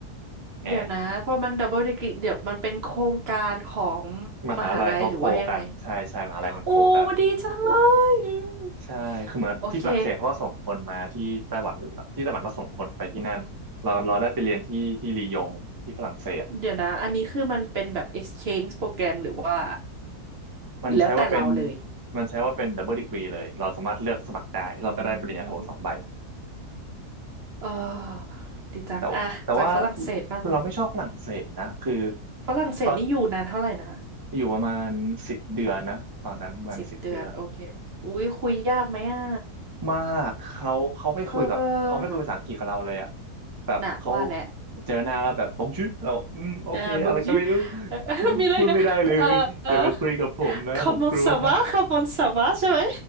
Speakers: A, on the right; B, on the right.
A: แหม
B: เดี๋ยวนะพอมันดับเบิลดีกรีเดี๋ยวมันเป็นโครงการของ
A: มหาลัยเขาโคกันใช่ใช่มหาลัยมันโคกัน
B: มหาลัยหรือว่ายังไง โอ้ดีจังเลยอืม
A: ใช่คือเหมือนที่ฝรั่งเศสเขาก็ส่งคนมาที่ไต้หวันที่ไต้หวันก็ส่งคนไปที่นั่นเราเราได้ไปเรียนที่ที่ลียงที่ฝรั่งเศส
B: โอเคเดี๋ยวนะอันนี้คือมันเป็นแบบ exchange โปรแกรมหรือว่า
A: มันใช้ว่าเป็น
B: แล้วแต่เราเลย
A: มันใช้ว่าเป็นดับเบิลดีกรีเลยเราสามารถเลือกสมัครได้เราก็ได้ปริญญาโทสองใบ
B: อืม เออดีจังอ่ะไปฝรั่งเศสบ้าง
A: แต่แต่ว่าเราไม่ชอบฝรั่งเศสนะคือ
B: ฝรั่งเศสนี่อยู่นานเท่าไหร่นะ
A: ก็อยู่ประมาณสิบเดือนนะตอนนั้นประมาณสิบเดือน
B: สิบเดือนโอเคอุ้ยคุยยากไหมอ่ะ
A: มากเขาเขาไม่คุยกับเขาไม่คุยภาษาอังกฤษกับเราเลยอ่ะ
B: เออ
A: แบบเขา
B: น่ะว่าแหละ
A: เจอหน้าแล้วแบบบงชื่อเราบอกอืมโอเคอะไรก็ไม่รู้
B: เออบอกยูเออ
A: <laughs>
B: <laughs> มีอะไรนะเออเออ
A: พูดไม่ได้เลยอย่ามาคุยกับผมนะผมกลัว
B: comment ça
A: <laughs>
B: va comment ça va ใช่ไหม